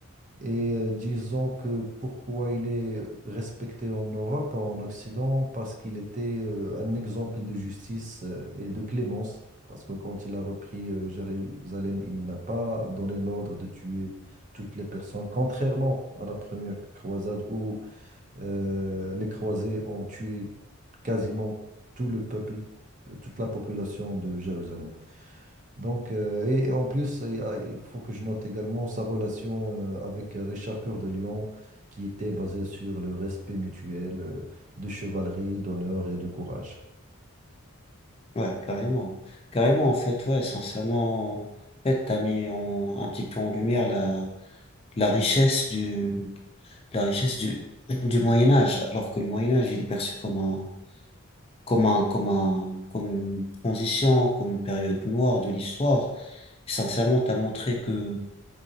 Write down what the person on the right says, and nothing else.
Et euh, disons que pourquoi il est respecté en Europe, en Occident, parce qu'il était euh, un exemple de justice euh, et de clémence. Parce que quand il a repris euh, Jérusalem, il n'a pas donné l'ordre de tuer toutes les personnes, contrairement à la première croisade où euh, les croisés ont tué quasiment tout le peuple, euh, toute la population de Jérusalem. Donc, euh, et en plus, il y a- il faut que je note également sa relation euh, avec Richard Cœur de Lion, qui était basée sur le respect mutuel euh, de chevalerie, d'honneur et de courage.